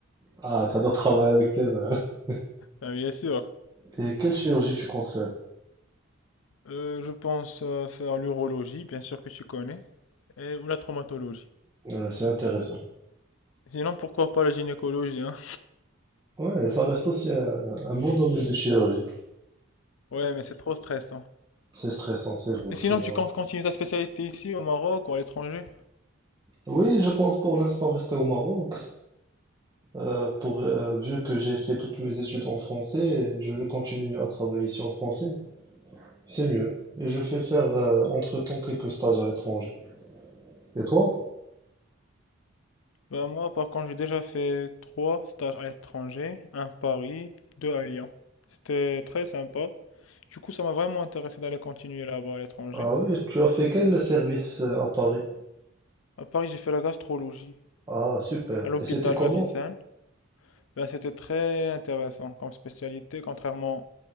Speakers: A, on the right; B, on the left.
A: Ah, t'adores travailler avec tes mains. <laughs>
B: Euh, bien sûr.
A: Et quelle chirurgie tu comptes faire?
B: Euh, je pense euh, faire l'urologie, bien sûr que tu connais, et, ou la traumatologie.
A: Ouais, c'est intéressant.
B: Sinon, pourquoi pas la gynécologie, hein?
A: Ouais, ça reste aussi un, un bon domaine de chirurgie.
B: Ouais, mais c'est trop stressant.
A: C'est stressant, c'est vrai,
B: Et sinon,
A: tu vois.
B: tu comptes continuer ta spécialité ici, au Maroc ou à l'étranger?
A: Oui, je compte pour l'instant rester au Maroc. Euh, pour, euh, vu que j'ai fait toutes mes études en français, je vais continuer à travailler ici en français. C'est mieux. Et je fais faire euh, entre-temps quelques stages à l'étranger. Et toi?
B: Ben moi, par contre, j'ai déjà fait trois stages à l'étranger, un à Paris, deux à Lyon. C'était très sympa. Du coup, ça m'a vraiment intéressé d'aller continuer là-bas à l'étranger.
A: Ah oui, tu as fait quel service euh, à Paris?
B: À Paris, j'ai fait la gastrologie
A: Ah, super.
B: à l'hôpital
A: Et c'était comment?
B: Avicenne. Ben, c'était très intéressant comme spécialité. Contrairement,